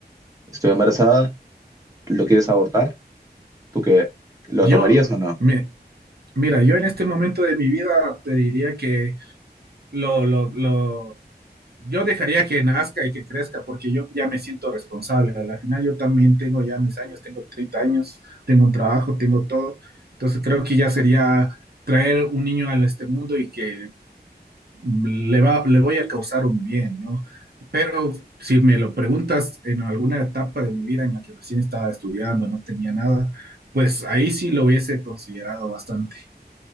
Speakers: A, on the right; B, on the right.
A: estoy embarazada, ¿lo quieres abortar? ¿Tú qué? ¿Lo
B: Yo,
A: tomarías o no?
B: me, Mira, yo en este momento de mi vida te diría que lo, lo, lo, yo dejaría que nazca y que crezca porque yo ya me siento responsable. Al final yo también tengo ya mis años, tengo 30 años, tengo un trabajo, tengo todo. Entonces creo que ya sería traer un niño a este mundo y que le va, le voy a causar un bien, ¿no? Pero si me lo preguntas en alguna etapa de mi vida en la que recién estaba estudiando, no tenía nada, pues ahí sí lo hubiese considerado bastante.